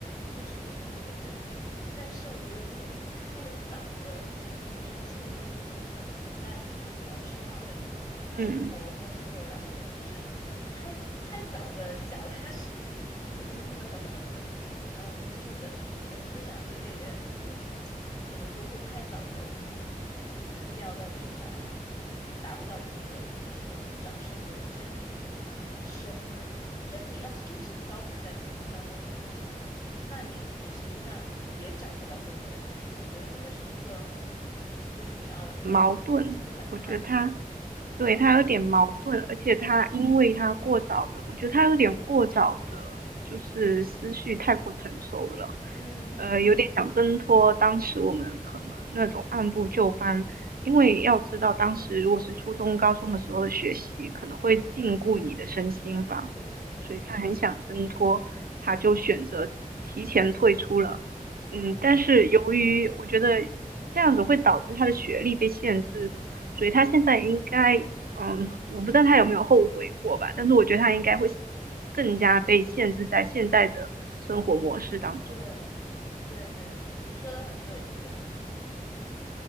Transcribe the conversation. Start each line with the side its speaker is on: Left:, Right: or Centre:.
Left: 就是你生活的真谛。但是我觉得，如果你太早的就是进入这种很平淡、就是很模式化的这种生活工作，
Right: 嗯，
Left: 然后你就是太太早的脚踏实地，<laughs> 你你懂我说吧？可能，嗯，就是你的思你的思想真的也就是可能就会太早的，就是掉到地上，达不到一定的就是那种找生活真谛的深度。但是你要是一直漂浮在天空当中也不行。那你你实际上也找不到生活的真谛。我觉得真的是一个很，就是你要你要怎么去平衡它。
Right: 矛盾，我觉得他对，
Left: 嗯
Right: 他有点矛盾，而且他因为他过早的，我觉得他有点过早的，就是思绪太过成熟了，
Left: 嗯，
Right: 呃，有点想挣脱当时我们可能那种按部就班，因为要知道当时如果是初中、高中的时候的学习，可能会禁锢你的身心吧，
Left: 对对对对，
Right: 所以他很想挣脱，他就选择提前退出了。
Left: 嗯
Right: 嗯，但是由于我觉得这样子会导致他的学历被限制，所以他现在应该，嗯，我不知道他有没有后悔过吧，但是我觉得他应该会更加被限制在现在的生活模式当中，
Left: 对对对，你说的很对，这真的是一个